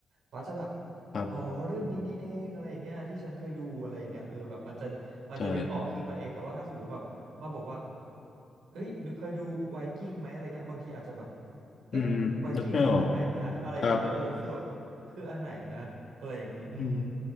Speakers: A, on the right; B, on the left.
A: บาสจะแบบ
B: ครับ
A: อ๋อเรื่องนี้นี่เอง อะไรอย่างเงี้ยที่ฉันเคยดูอะไรอย่างเงี้ยเออแบบมันจะมันจะนึกออกขึ้นมาเองแต่ว่าถ้าสมมติแบบมาบอกว่า
B: ใช่
A: เอ้ยดูเคยดูไวกิ้งไหมอะไรเงี้ยบางทีอาจจะแบบเอ๊ะไวกิ้งคืออันไหนนะอะไรเงี้ยเออเออฟีลแบบคืออันไหนนะอะไรอย่างเงี้ยอืม
B: อืมนึกไม่ออกครับอืม